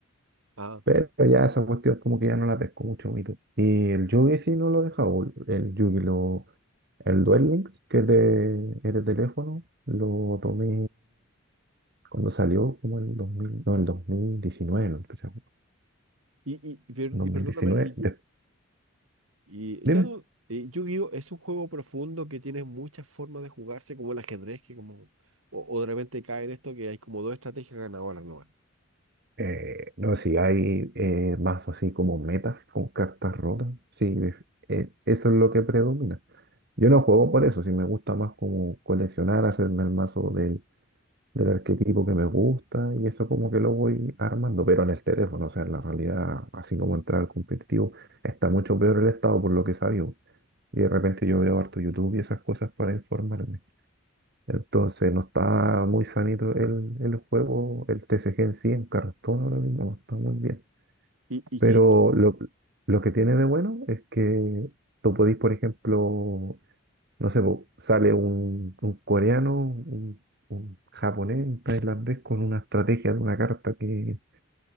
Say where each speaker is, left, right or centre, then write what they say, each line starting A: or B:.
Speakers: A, on the right (about 85°); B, on the right (about 50°).
A: Ah,
B: Pero ya esa cuestión como que ya no la pesco mucho, mito. Y el Yugi sí no lo he dejado. El Yugi, lo, el Duel Links, que es de, es de teléfono, lo tomé cuando salió, como en el 2000, no, el 2019, lo empecé a jugar.
A: y, y, y per-
B: 2019,
A: y perdóname, y, Yu-
B: de-
A: y
B: dime.
A: ya no, eh, Yu-Gi-Oh es un juego profundo que tiene muchas formas de jugarse como el ajedrez que como o, o de repente cae en esto que hay como dos estrategias ganadoras nuevas.
B: Eh, no, sé si hay eh, mazos así como metas con cartas rotas, sí, eh, eso es lo que predomina. Yo no juego por eso, si me gusta más como coleccionar, hacerme el mazo del, del arquetipo que me gusta y eso como que lo voy armando, pero en el teléfono, o sea, en la realidad, así como entrar al competitivo, está mucho peor el estado por lo que sabio. Y de repente yo veo harto YouTube y esas cosas para informarme. Entonces no está muy sanito el, el juego, el TCG en sí, en cartón ahora mismo, no está muy bien.
A: Y, y
B: Pero
A: qué
B: lo, lo que tiene de bueno es que tú podís, por ejemplo, no sé, po, sale un, un coreano, un, un japonés, un tailandés con una estrategia de una carta que,